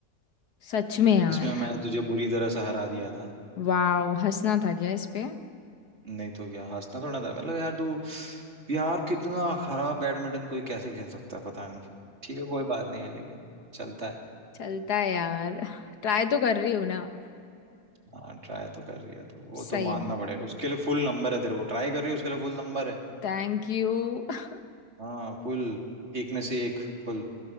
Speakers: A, on the left (about 90°); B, on the right (about 45°).
A: सच में यार
B: जिसमें मैं तुझे बुरी तरह से हरा दिया था
A: वाओ हंसना था क्या इस पे
B: नहीं तो क्या हंसना थोड़ा था मतलब यार तू यार कितना खराब बैडमिंटन कोई कैसे खेल सकता है पता नहीं ठीक है कोई बात नहीं है लेकिन चलता है
A: चलता है यार ट्राई तो कर रही हूँ ना
B: हाँ ट्राई तो कर रही है तो वो
A: सही
B: तो मानना
A: में
B: पड़ेगा उसके लिए फुल नंबर है तेरे को ट्राई कर रही है उसके लिए फुल नंबर है
A: थैंक यू <laughs>
B: हाँ फुल एक में से एक फुल